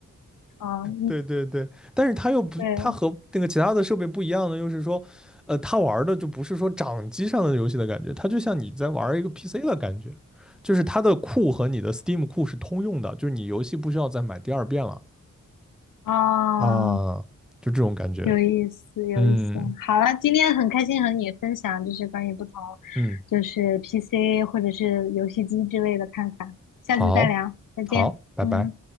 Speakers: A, on the left; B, in the centre.
A: 嗯，
B: 对对对，但是它又不，
A: 对
B: 它和那个其他的设备不一样的，就是说，呃，它玩儿的就不是说掌机上的游戏的感觉，它就像你在玩儿一个 PC 的感觉，就是它的库和你的 Steam 库是通用的，就是你游戏不需要再买第二遍了。
A: 啊，
B: 啊，就这种感觉。
A: 有意思，有意思。
B: 嗯
A: 好了，今天很开心和你分享，就是关于不同，
B: 嗯，
A: 就是 PC 或者是游戏机之类的看法。下次再聊，
B: 好，
A: 再见。
B: 好，拜拜。
A: 嗯。